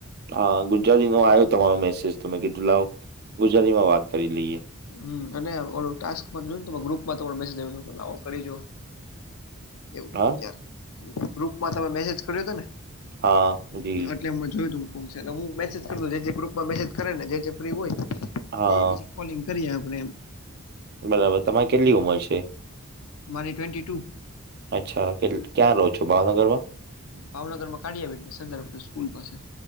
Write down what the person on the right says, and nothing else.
હા ગુજરાતી નો આવ્યો તમારો મેસેજ તો મે કીધું લાવ ગુજરાતીમાં વાત કરી લઈએ.
હા
હા જી
હા
બરાબર તમારે કેટલી ઉંમર છે?
અચ્છા કેટ ક્યાં રહો છો ભાવનગર માં